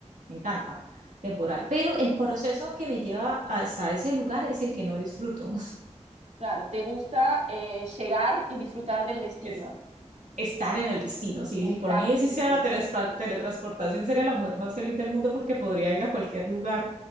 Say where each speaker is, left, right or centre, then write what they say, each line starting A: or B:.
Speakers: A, on the right; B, on the right.
A: Me encanta, temporal. Pero el proceso que me lleva hasta ese lugar es el que no disfruto.
B: claro, te gusta eh, llegar y disfrutar del destino,
A: <laughs> estar en el destino. Si,
B: estar
A: si por mí
B: en
A: existiera
B: el destino,
A: la telespa-
B: claro.
A: teletransportación, sería la mujer más feliz del mundo porque podría ir a cualquier lugar